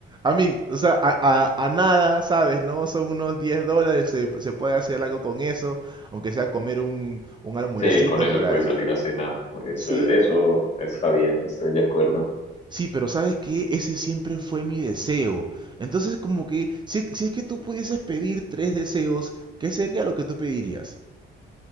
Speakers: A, on the right; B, on the left.
A: A mí, o sea, a, a- a nada, ¿sabes? No son unos 10 dólares, se, se puede hacer algo con eso, aunque sea comer un, un almuercito
B: Sí, con eso
A: por ahí.
B: puedes salir a cenar. Eso,
A: Sí,
B: eso está bien, estoy de acuerdo.
A: sí, pero ¿sabes qué? Ese siempre fue mi deseo. Entonces, como que, si, es- si es que tú pudieses pedir tres deseos, ¿qué sería lo que tú pedirías?